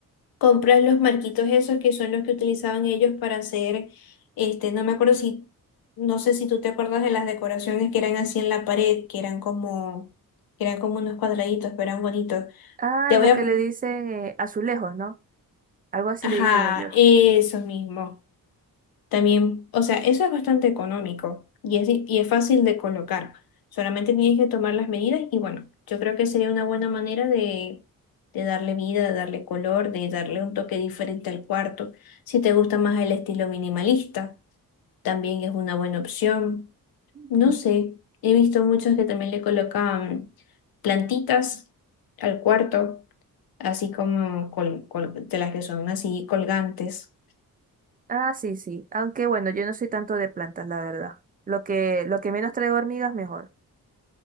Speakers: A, on the left; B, on the right.
A: compras los marquitos esos que son los que utilizaban ellos para hacer, este, no me acuerdo si, no sé si tú te acuerdas de las decoraciones que eran así en la pared, que eran como, que eran como unos cuadraditos, pero eran bonitos.
B: Ah,
A: Te
B: lo
A: voy a,
B: que le dicen eh, azulejos, ¿no? Algo así
A: ajá,
B: le dicen ellos.
A: eso mismo. También, o sea, eso es bastante económico y es, di- y es fácil de colocar. Solamente tienes que tomar las medidas y bueno, yo creo que sería una buena manera de, de darle vida, de darle color, de darle un toque diferente al cuarto. Si te gusta más el estilo minimalista, también es una buena opción.
B: Ujú.
A: No sé, he visto muchos que también le colocan plantitas al cuarto, así como col- col- de las que son así colgantes.
B: Ah, sí, sí. Aunque bueno, yo no soy tanto de plantas, la verdad. Lo que, lo que menos traigo hormigas, mejor.